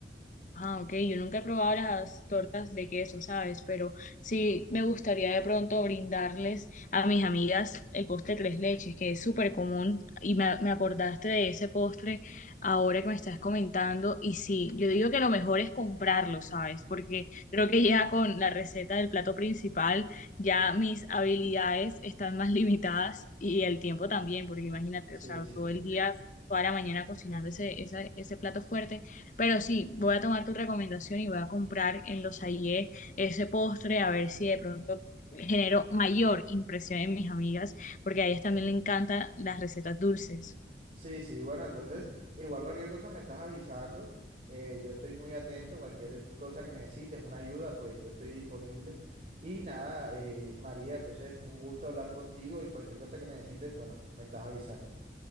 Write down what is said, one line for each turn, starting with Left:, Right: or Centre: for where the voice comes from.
Left: Ah, ok, yo nunca he probado las tortas de queso, ¿sabes? Pero sí me gustaría de pronto brindarles a mis amigas el postre tres leches, que es súper común y me, me acordaste de ese postre ahora que me estás comentando y sí, yo digo que lo mejor es comprarlo, ¿sabes? Porque creo que ya con la receta del plato principal ya mis habilidades están más <laughs> limitadas y el tiempo también, porque imagínate,
Right: Sí,
Left: o sea,
Right: sí.
Left: todo el día, toda la mañana cocinando ese, ese ese plato fuerte pero sí, voy a tomar tu recomendación y voy a comprar en los Aie ese postre a ver si de pronto genero mayor impresión en mis amigas, porque a ellas también le encantan las recetas dulces.
Right: Sí, sí, bueno, entonces, igual cualquier cosa me estás avisando, eh, yo estoy muy atento, cualquier cosa que necesites, una ayuda, pues yo estoy disponible. Y nada, eh, María, entonces, un gusto hablar contigo y cualquier cosa que necesites, bueno, me estás avisando.